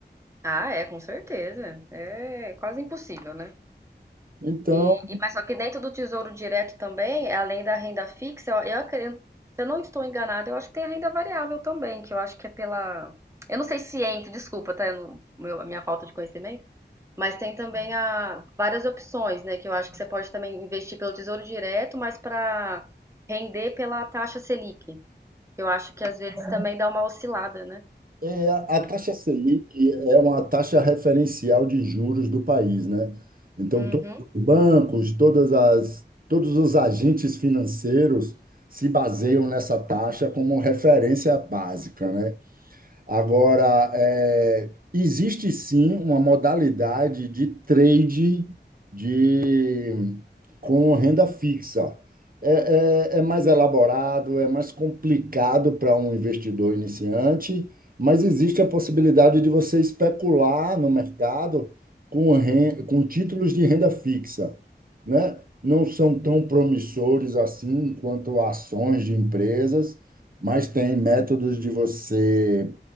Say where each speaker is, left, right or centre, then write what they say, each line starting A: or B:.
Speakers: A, on the right (about 15°); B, on the right (about 50°).
A: Ah, é, com certeza. É quase impossível, né?
B: Então,
A: E, e- mas só que dentro do Tesouro Direto também, além da renda fixa, eu, eu acredito, se eu não estou enganada, eu acho que tem a renda variável também, que eu acho que é pela. Eu não sei se entra, desculpa, tá? Eu não- meu- a minha falta de conhecimento, mas tem também a, várias opções, né? Que eu acho que você pode também investir pelo Tesouro Direto, mas para render pela taxa Selic, que eu acho que às vezes também dá uma oscilada, né?
B: É, a a taxa Selic é uma taxa referencial de juros do país, né? Então,
A: Uhum.
B: todos os bancos, todas as, todos os agentes financeiros se baseiam nessa taxa como referência básica, né? Agora, é, existe sim uma modalidade de trade de, com renda fixa. É, é, é mais elaborado, é mais complicado para um investidor iniciante, mas existe a possibilidade de você especular no mercado com, ren- com títulos de renda fixa, né? Não são tão promissores assim quanto ações de empresas, mas tem métodos de você